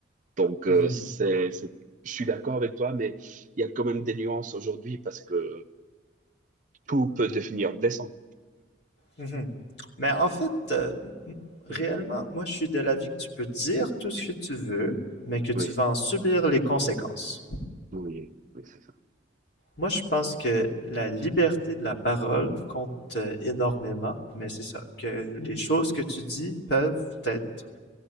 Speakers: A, on the right (about 40°); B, on the left (about 60°).
A: Donc,
B: mhm,
A: euh, c'est, c'est- je suis d'accord avec toi, mais il y a quand même des nuances aujourd'hui parce que tout peut devenir blessant.
B: mhm. Mais en fait, euh, m- réellement,
A: <laughs>
B: moi, je suis de l'avis que tu peux dire tout ce que tu veux, mais que tu
A: Oui,
B: vas en subir les conséquences.
A: oui, oui, c'est ça.
B: Moi, je pense que la liberté de la parole compte euh, énormément, mais c'est ça, que les choses que tu dis peuvent être